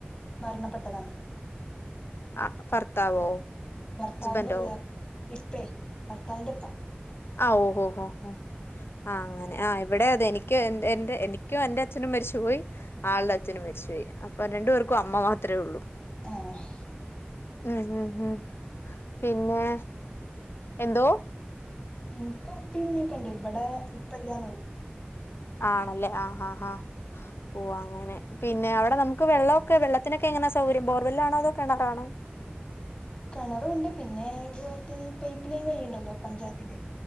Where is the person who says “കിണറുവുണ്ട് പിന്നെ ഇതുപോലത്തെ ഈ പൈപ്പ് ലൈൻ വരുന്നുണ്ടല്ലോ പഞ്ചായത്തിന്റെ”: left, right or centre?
Left